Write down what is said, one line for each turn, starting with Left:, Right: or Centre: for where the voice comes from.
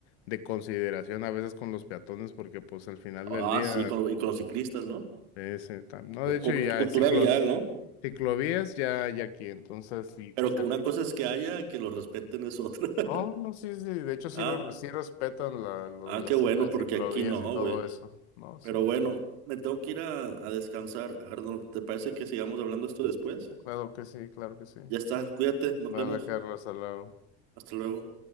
Left: de consideración a veces con los peatones, porque pues al final
Right: Ah,
Left: del día,
Right: sí, con, lo- y con los ciclistas, ¿no?
Left: es, eh, tam- no,
Right: Eh,
Left: de hecho
Right: cul-
Left: ya
Right: cultura
Left: ciclos,
Right: vial, ¿no?
Left: ciclovías ya, ya aquí, entonces sí, pues
Right: Pero
Left: se
Right: que una cosa es que haya y que lo respeten es otra. <laughs>
Left: no, no, sí, sí, de hecho sí,
Right: Ah,
Left: lo, re- sí respetan la, lo-
Right: ah,
Left: las,
Right: qué bueno,
Left: las
Right: porque
Left: ciclovías
Right: aquí no,
Left: y todo
Right: güey.
Left: eso, ¿no? Sí,
Right: Pero bueno,
Left: sí,
Right: me tengo que ir a, a descansar, Arnold. ¿Te parece que sigamos hablando esto después?
Left: claro que sí, claro que sí.
Right: Ya está, cuídate, nos
Left: Dale,
Right: vemos.
Left: Carlos, al lado.
Right: Hasta luego.